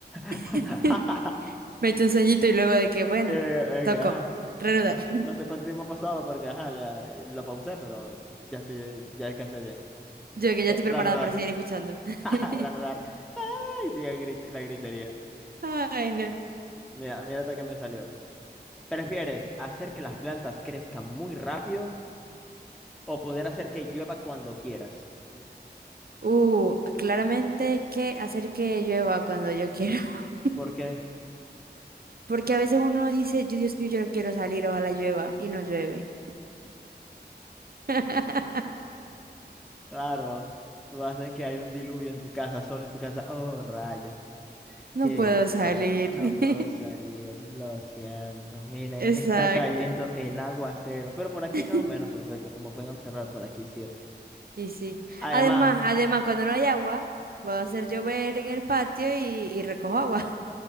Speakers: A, in the centre; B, on the right.
A: <laughs>
B: <laughs> Me echo un sueñito y luego de que, bueno,
A: Eh,
B: tocó,
A: eh, que, ay.
B: reanudar.
A: No
B: <laughs>
A: no sé cuánto tiempo ha pasado porque, ajá, ya lo pausé, pero ya estoy, ya descansé bien.
B: Yo que ya
A: Eh,
B: estoy
A: reanudar,
B: preparada para seguir escuchando. <laughs>
A: <laughs> reanudar. Ay, sigue grit- la gritería.
B: Ay, no.
A: Mira, mira hasta que me salió. ¿Prefieres hacer que las plantas crezcan muy rápido o poder hacer que llueva cuando quieras?
B: Uh, claramente que hacer que llueva cuando yo quiera. <laughs>
A: Porque,
B: Porque a veces uno dice, "Yo, Dios mío, yo no quiero salir, ojalá llueva, y no llueve. <laughs>
A: claro, tú haces que hay un diluvio en tu casa, solo en tu casa. Oh, rayos.
B: No
A: Que
B: puedo salir.
A: la- no
B: <laughs>
A: puedo salir, lo siento. Miren,
B: Exacto.
A: está cayendo el aguacero, pero por aquí
B: <laughs>
A: no. Bueno, pero pues, como pueden observar, por aquí sí.
B: Y sí.
A: Además,
B: Además, además, cuando no hay agua, puedo hacer llover en el patio y, y recojo agua.